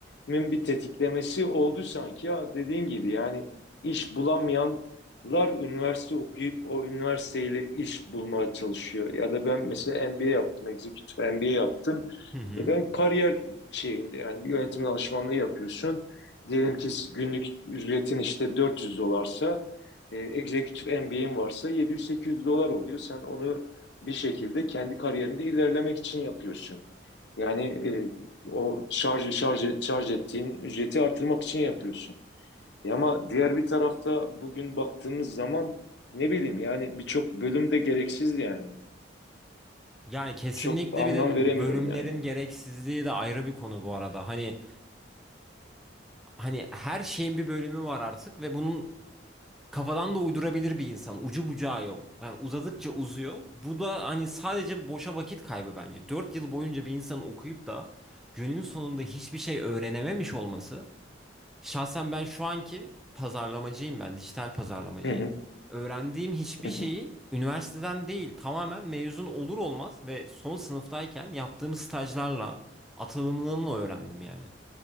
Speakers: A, on the left; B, in the centre.
A: bir tetiklemesi oldu sanki ya dediğin gibi yani iş bulamayanlar üniversite okuyup o üniversiteyle iş bulmaya çalışıyor. Ya da ben mesela MBA yaptım, executive MBA yaptım.
B: Hı hı.
A: E ben kariyer şeyinde yani bir yönetim danışmanlığı yapıyorsun. Diyelim ki günlük ücretin işte 400 dolarsa, e, executive MBA'in varsa 700-800 dolar oluyor. Sen onu bir şekilde kendi kariyerinde ilerlemek için yapıyorsun. Yani e, o şarj şarj et- şarj ettiğin ücreti artırmak için yapıyorsun. E ama diğer bir tarafta bugün baktığımız zaman ne bileyim yani birçok bölüm de gereksiz yani.
B: Yani kesinlikle
A: Çok anlam
B: bir de
A: veremiyorum
B: bölümlerin
A: yani.
B: gereksizliği de ayrı bir konu bu arada. Hani hani her şeyin bir bölümü var artık ve bunun kafadan da uydurabilir bir insan. Ucu bucağı yok. Yani uzadıkça uzuyor. Bu da hani sadece boşa vakit kaybı bence. 4 yıl boyunca bir insanın okuyup da günün sonunda hiçbir şey öğrenememiş olması. Şahsen ben şu anki pazarlamacıyım ben, dijital pazarlamacıyım.
A: Hı hı,
B: Öğrendiğim hiçbir
A: hı hı.
B: şeyi üniversiteden değil, tamamen mezun olur olmaz ve son sınıftayken yaptığım stajlarla, atılımlığımla öğrendim yani.